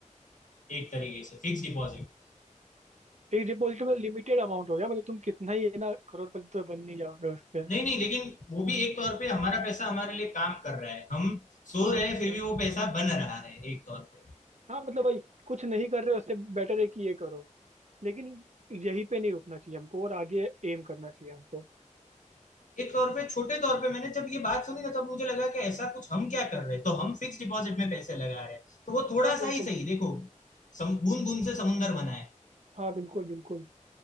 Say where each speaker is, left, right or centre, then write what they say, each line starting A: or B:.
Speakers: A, on the left; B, on the right.
A: एक तरीके से फिक्स डिपॉजिट
B: एक डिपॉजिट में लिमिटेड अमाउंट हो गया मतलब तुम कितना ही है ना करोड़पति तो बन नहीं जाओगे उससे
A: नहीं नहीं लेकिन वो भी एक तौर पे हमारा पैसा हमारे लिए काम कर रहा है हम सो
B: हाँ
A: रहे हैं फिर
B: भाई
A: भी वो पैसा बन रहा है एक तौर पे
B: हाँ मतलब भाई कुछ नहीं कर रहे हो उससे बेटर है कि ये करो लेकिन यहीं पे नहीं रुकना चाहिए हमको और आगे एम करना चाहिए हमको
A: एक तौर पे छोटे तौर पे मैंने जब ये बात सुनी ना तब मुझे लगा कि ऐसा कुछ हम क्या कर रहे हैं तो हम फिक्स डिपॉजिट में पैसे लगा रहे हैं तो वो थोड़ा
B: हाँ बिल्कुल
A: सा ही सही देखो सम, बूंद बूंद से समुंदर बना है
B: हाँ बिल्कुल बिल्कुल